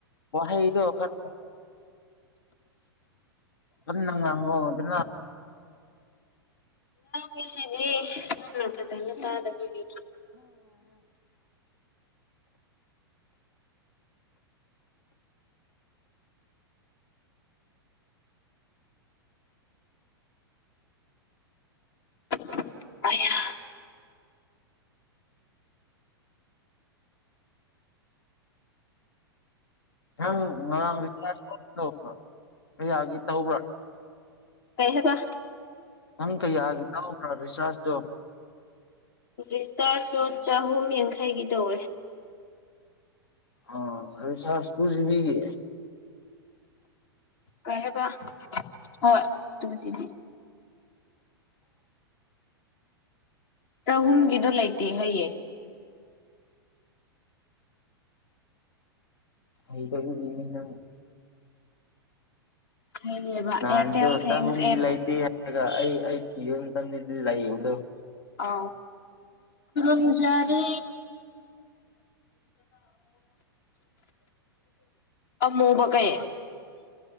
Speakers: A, on the left; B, on the left.
A: ꯋꯥꯍꯩꯗꯣ ꯈꯔ ꯐꯉꯉꯣ ꯑꯗꯨ
B: ꯅꯁꯤꯗꯤ ꯐꯖꯅ ꯇꯥꯗꯕꯒꯤ ꯑ
A: ꯌꯥꯝ ꯉꯔꯥꯡ ꯔꯤꯆꯥꯔ ꯇ ꯀꯌꯥꯒꯤ ꯇꯧꯕ꯭ꯔꯥ
B: ꯀꯩꯍꯕ
A: ꯍꯪ ꯀꯩ ꯍꯥꯏꯒ ꯇꯥꯎ ꯈꯔ ꯁꯋꯥꯁꯗ
B: ꯔꯤꯁꯇꯥꯔꯁꯨ ꯆꯍꯨꯝ ꯌꯥꯡꯈꯩꯒꯤ ꯇꯧꯋꯦ
A: ꯑ ꯑꯗꯨ ꯆꯁꯁꯤꯕꯤꯒ
B: ꯀꯍꯦꯕ ꯍ ꯇꯕꯨ ꯆꯃꯤꯅꯤ
A: <inaudible>
B: ꯆꯍꯨꯝꯒꯤꯗꯣ ꯂꯩꯇꯦ ꯍꯩꯑꯦ
A: ꯍ ꯀ ꯑꯗꯨꯗꯤꯅ
B: ꯍꯥꯏꯌꯦꯕ
A: ꯅꯍꯥꯟꯁꯨ
B: ꯑꯦꯌꯥꯔꯇꯦꯜ ꯊꯦꯡꯁ
A: ꯆꯍꯨꯝꯒꯤ
B: ꯑꯦꯞ
A: ꯂꯩꯇꯦ ꯍꯥꯏꯔꯒ ꯑꯩ ꯑꯩ ꯊꯤꯈꯤꯕ ꯃꯇꯝꯗꯗꯤ ꯂꯩ ꯑꯗꯣ
B: ꯑ ꯀꯨꯟꯖꯔꯤ ꯑꯃꯨꯕ ꯀꯑꯦ